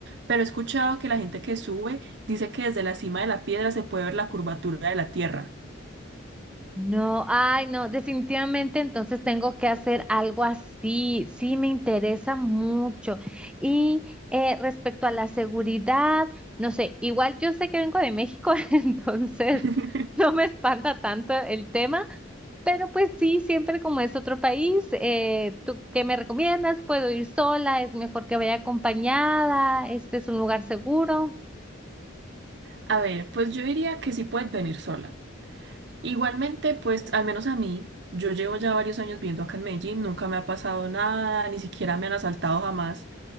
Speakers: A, on the right; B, in the centre.
A: pero he escuchado que la gente que sube dice que desde la cima de la piedra se puede ver la curvatura de la tierra.
B: No, ay, no, definitivamente entonces tengo que hacer algo así. Sí, me interesa mucho. Y eh, respecto a la seguridad, no sé, igual yo sé que vengo de México, <laughs> entonces
A: <laughs>
B: no me espanta tanto el tema, pero pues sí, siempre como es otro país, eh, ¿tú qué me recomiendas? ¿Puedo ir sola? ¿Es mejor que vaya acompañada? ¿Este es un lugar seguro?
A: A ver, pues yo diría que sí puedes venir sola. Igualmente, pues al menos a mí, yo llevo ya varios años viviendo acá en Medellín, nunca me ha pasado nada, ni siquiera me han asaltado jamás.